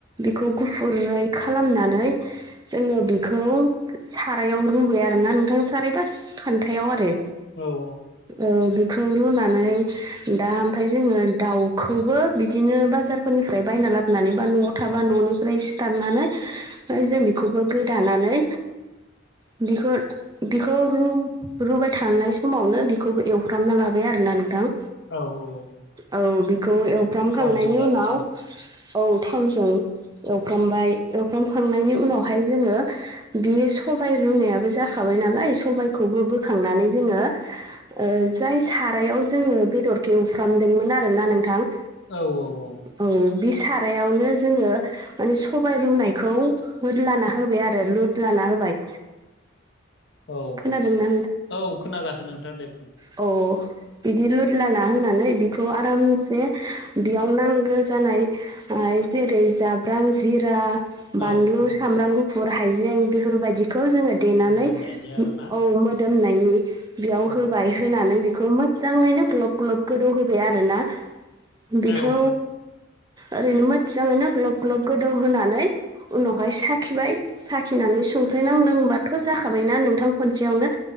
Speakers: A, on the right; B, on the left.
A: बिखौ गुफुरै खालामनानै जोङो बिखौ सारायाव रुबाय आरोना नोंथां साराय बास खान्थायाव आरो
B: औ औ
A: औ बेखौ रुनानै दा आमफफ्राय जोङो दाउखौबो बिदिनो बाजारफोरनिफ्राय बायना लाबोनानै बा न'आव थाबा न'निफ्राय सिथारनानै ओह जों बेखौबो गोदानानै बिखुर बेखौ रु रुबाय थानाय समावनो बिखौबो एवफ्रामना लाबाय आरोना नोंथां
B: औ औ औ
A: औ बेखौ एवफ्रामखांनायनि
B: थावजों आरोना
A: उनाव औ थावजों एवफ्रामबाय एवफ्रामखांनायनि उनावहाय जोङो बेयो सबाय रुनायाबो जाखाबाय नालाय सबायखौबो बोखांनानै जोङो ओ जाय सारायाव जोङो बेदोरखौ एवफ्रामदोंमोन आरो ना नोंथां
B: औ औ औ
A: औ बे सारायावनो जोङो माने सबाय रुनायखौ होदाला होबाय आरो लुदालाना होबाय
B: औ
A: खोनादोंना
B: औ खोनागासेनो नोंथां दे बुं
A: ओ बिदि लुदला ना होनानै बिखौ आरामसे बेयाव नांगो जानाय ओ जेरै जाब्रां जिरा बानलु
B: औ औ
A: सामब्राम गुफुर हाइजें बेफोरबायदिखौ जोङो देनानै
B: मोदोमनायनि
A: औ
B: आरोना
A: मोदोमनायनि बेयाव
B: उम
A: होबाय होनानै बेखौ मोजाङैनो ग्ल'ब ग्ल'ब गोदौ होबाय आरोना बिखौ
B: औ
A: ओरैनो मोजाङैनो ग्ल'ब ग्ल'ब गोदौ होनानै उनावहाय साखिबाय साखिनानै संख्रि नांदोंबाथ' जाखाबायना नोंथां खनसेआवनो